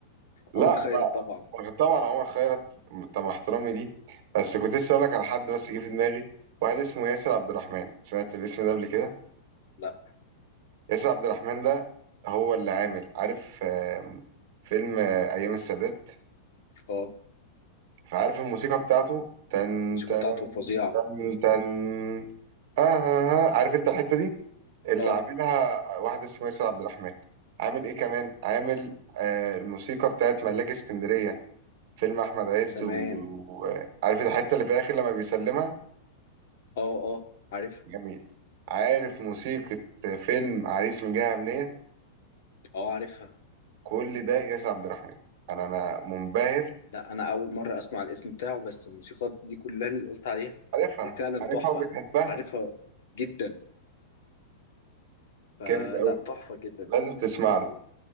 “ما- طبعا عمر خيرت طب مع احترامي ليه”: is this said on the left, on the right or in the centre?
Right